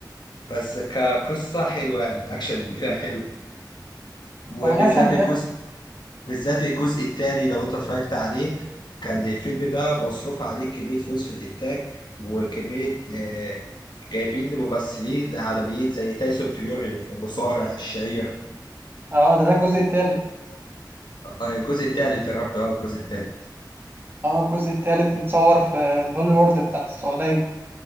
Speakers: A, on the left; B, on the right.
A: بس كقصه حلوه يعني الاكشن اللي فيها حلو وبالذات
B: هو الاكشن اللي
A: الجزء
B: فيها كان-
A: بالذات الجزء الثاني لو انت اتفرجت عليه كان الفيلم ده مصروف عليه كميه فلوس في الانتاج وكميه آه، جايبين ممثلين عالميين زي تايسون فيوري المصارع الشهير
B: اه ده ده الجزء التالت
A: آه، الجزء الثالث يا ربي اه الجزء الثالث
B: اه الجزء التالت متصور في البوليورد بتاعت السعودية